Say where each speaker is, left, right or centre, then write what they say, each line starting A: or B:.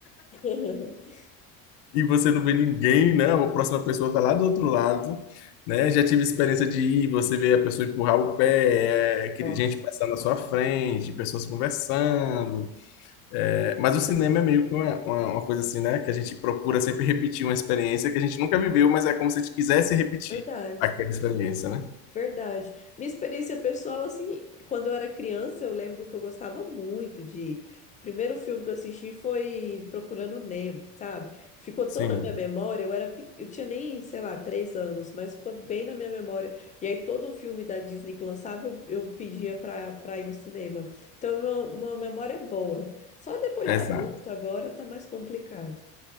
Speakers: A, on the left (about 20°); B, on the left (about 75°).
A: <laughs>
B: <laughs> e você não vê ninguém, né? A próxima pessoa tá lá
A: Sim.
B: do outro lado, né? Já tive experiência de ir, você vê a pessoa empurrar o pé, é, aquele-
A: Nossa,
B: gente passando na sua frente, pessoas conversando. É, mas o cinema é meio que uma, uma, uma coisa assim, né? Que a gente procura sempre repetir uma experiência que a gente nunca viveu, mas é como se a gente quisesse repetir
A: verdade.
B: aquela experiência, né?
A: Verdade. Minha experiência pessoal, assim, quando eu era criança, eu lembro que eu gostava muito de. O primeiro filme que eu assisti foi Procurando Nemo, sabe? Ficou
B: Sim,
A: tão na minha memória, eu era, pe- eu tinha nem, sei lá, três anos, mas ficou bem na minha memória. E aí todo filme da Disney que lançava, eu, eu pedia pra, pra ir no cinema. Então, é uma, uma memória boa. Só depois
B: exato.
A: de adulto, agora tá mais complicado.